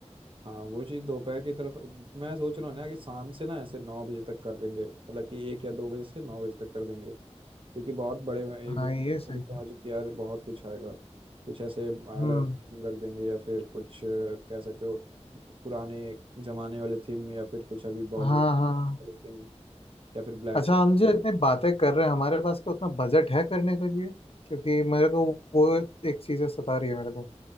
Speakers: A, on the right; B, on the left.
A: हाँ वो चीज़ दोपहर की तरफ मैं सोच रहा हूँ ना कि शाम से ना ऐसे नौ बजे तक कर देंगे मतलब कि एक या दो बजे से नौ बजे तक कर देंगे क्योंकि बहुत बड़े
B: हाँ
A: इवेंट
B: ये सही
A: अभी समझो
B: है
A: कि यार बहुत कुछ आएगा कुछ ऐसे अलग
B: हम्म
A: थीम रख देंगे या फिर कुछ अ, कह सकते हो पुराने जमाने वाले थीम या फिर कुछ अभी बॉलीवुड
B: हाँ हाँ
A: वाले थीम या फिर ब्लैक
B: अच्छा हम जो इतनी बातें कर रहे हैं हमारे पास क्या उतना बजट है करने के लिए क्योंकि मेरे को वो एक चीज़ है, सता रही है मेरे को